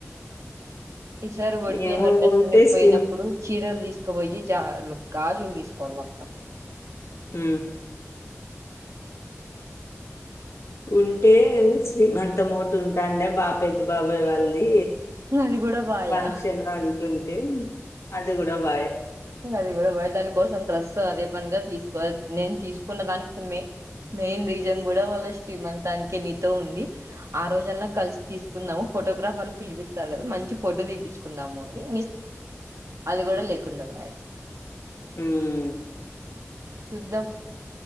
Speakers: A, on the right (about 75°); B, on the left (about 80°).
A: ఈసార్ వడ్ బియం
B: ఏమో
A: కట్టేస్తుకోనేనికి
B: ఉంటే శ్రీ
A: పోయినప్పుడు ట్టల్ తీసుకుపోయి జ గాజులు తీసుకోవాలి అక్క
B: హ ఉంటే శ్రీమంతం ఒకటి ఉంటాడే బా పెద్ద బాబయ వాళ్ళది
A: అది కూడా బాయా
B: ఫంక్షన్ అంటుంటే అది కూడా వాయే
A: అది కూడా వా దాని కోసం డ్రస్ అదే పనిగా తీసుకోవాల నేను తీసుకున్న దానికి మె మెయిన్ రీజన్ కూడా వాళ్ళ శ్రీమంతానికి నితో ఉంది ఆ రోజన్నా కలిసి తీసుకుందాము ఫోటోగ్రాఫర్ ను పిలిపిస్తారు కదా మంచి ఫోటో తీపించుకుందాము అని అది కూడా లేకుండా పాయే
B: మ్
A: చూద్దాం